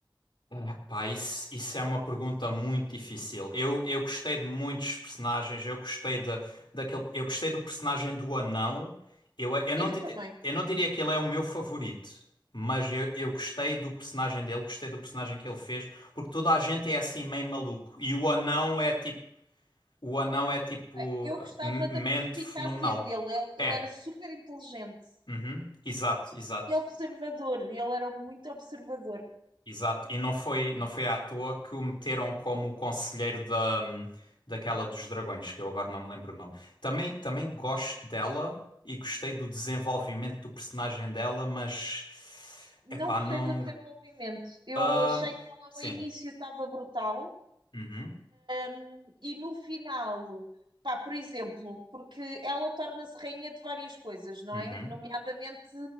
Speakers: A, on the left (about 75°); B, on the right (about 75°).
A: Epá, isso, isso é uma pergunta muito difícil. Eu, eu gostei de muitos personagens, eu gostei de, daquele, eu gostei do personagem do anão. Eu, eu
B: Eu
A: não, di-
B: também.
A: eu não diria que ele é o meu favorito, mas eu, eu gostei do personagem dele, gostei do personagem que ele fez, porque toda a gente é assim meio maluco. E o anão é tipo, o anão é tipo
B: Bem, Eu
A: uh,
B: gostava
A: m-
B: da
A: mente
B: perspicácia
A: fenomenal.
B: dele, ele
A: É,
B: ele era super inteligente
A: uhum, exato, exato.
B: e observador, ele era muito observador.
A: Exato, e não foi, não foi à toa que o meteram como o conselheiro da, daquela dos dragões, que eu agora não me lembro o nome. Também, também gosto dela e gostei do desenvolvimento do personagem dela, mas
B: Não
A: epá,
B: gostei
A: não.
B: do desenvolvimento, eu
A: ah,
B: achei que ela
A: sim.
B: ao início estava brutal
A: Uhum,
B: hum, e no final, pá, por exemplo, porque ela torna-se rainha de várias coisas, não
A: uhum,
B: é? Nomeadamente,